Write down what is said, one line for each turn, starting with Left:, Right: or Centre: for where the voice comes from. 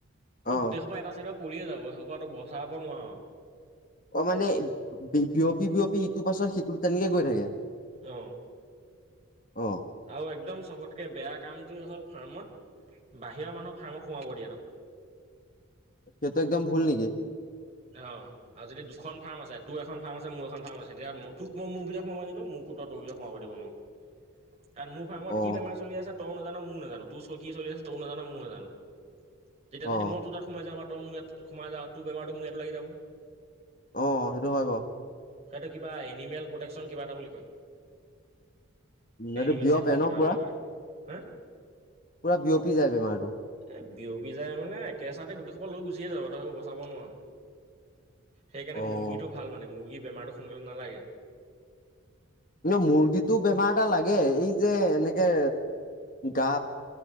Left: অ
Right: তোৰ গোটেই সোপা এটা চাইডত পৰিয়ে যাব সেইসোপাটো বচা ব নোৱাঅ।
Left: অ' মানে বিয়পি বিয়পি ইটোৰ পাছত সিটো তেনেকে গৈ থাকে।
Right: অ'
Left: অ
Right: আৰু একদম চবতকে বেয়া কামটোৱে হ'ল ফাৰ্মত বাহিৰৰ মানুহ ফাৰ্মত সোমাব দিয়াতো।
Left: সেইটো একদম ভুল নেকি?
Right: অ'। আৰু যদি দুখন ফাৰ্ম আছে তোৰ এখন ফাৰ্ম আছে, মোৰ এখন ফাৰ্ম আছে, তেতিয়া মই তোক মই মোৰ ভিতৰত সোমাব নিদো মোকো তই তোৰ ভিতৰত সোমাব দিব নোৱাৰ। <inaudible> কাৰণ মোৰ ফাৰ্মত
Left: অ
Right: কি বেমাৰ চলি আছে তইও নেজান মইও নেজানো, তোৰ কি চলি আছে তইও নেজান মইও নেজানো। তেতিয়া
Left: অ
Right: যদি মই তোৰ তাত সোমাই যাওঁ বা তই মোৰ ইয়াত সোমাই যাৱ তোৰ বেমাৰটো মোৰ ইয়াত লাগি যাব।
Left: অ' সেইটো হয় বাৰু।
Right: সেইটো কিবা এনিমেল প্ৰটেকশ্যন কিব এটা বুলি কয়।
Left: এইটো
Right: এনিমেল
Left: বিয়পে
Right: চৃছেফটি কিবা
Left: ন পুৰা
Right: বুলি কয়। হা?
Left: পুৰা বিয়পি যায় বেমাৰটো।
Right: এই বিয়পি যায় মানে একেচাতে গোটেই সোপা লৈ গুচিয়ে যাব। তই আৰু বচাব নোৱাৰ। সেইকাৰণে
Left: অ
Right: মুৰ্গীটো ভাল মানে মুৰ্গীৰ বেমাৰটো সোনকালে নেলাগে।
Left: মুৰ্গীটো বেমাৰ এটা লাগে, এই যে এনেকে গাপ